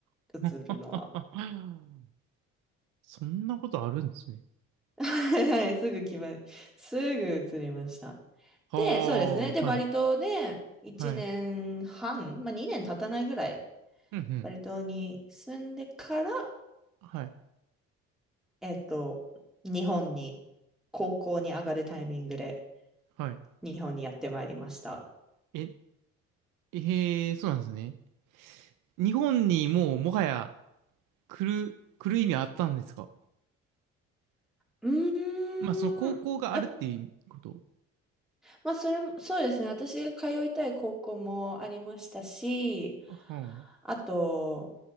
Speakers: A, in the centre; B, on the right (about 75°).
A: 移るのは。
B: い。<laughs> そんなことあるんですね。
A: はいはい、<laughs> すぐ来ま、すぐ移りました。
B: は
A: で、そうですね。で、
B: あ、
A: バリ島で1年半、
B: はい。はい。
A: まあ2年経たないぐらい、
B: うんうん。
A: バリ島に住んでから、
B: はい。
A: えっと、日本に、高校に上がるタイミングで、
B: はい。
A: 日本にやってまいりました。
B: え、えー、そうなんですね。日本にもうもはや来る、来る意味あったんですか
A: うーん。
B: まあ、その高校があるっていうこと。
A: え、まあ、それも、そうですね。私が通いたい高校もありましたし、
B: あはあ、
A: あと、